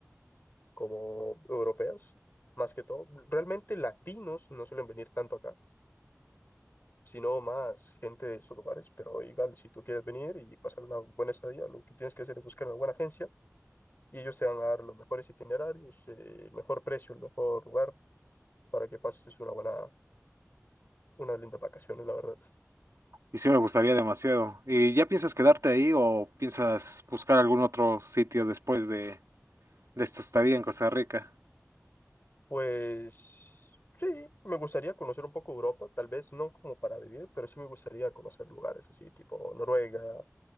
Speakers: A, on the left (about 40°); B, on the right (about 70°).
A: como europeas, más que todo. Realmente latinos no suelen venir tanto acá, sino más gente de sus lugares, pero igual, si tú quieres venir y pasar una buena estadía, lo que tienes que hacer es buscar una buena agencia y ellos te van a dar los mejores itinerarios, eh, el mejor precio, el mejor lugar para que pases una buena, unas lindas vacaciones, la verdad.
B: Y sí me gustaría demasiado. ¿Y ya piensas quedarte ahí o piensas buscar algún otro sitio después de, de esta estadía en Costa Rica?
A: Pues sí, me gustaría conocer un poco Europa, tal vez no como para vivir, pero sí me gustaría conocer lugares así, tipo Noruega,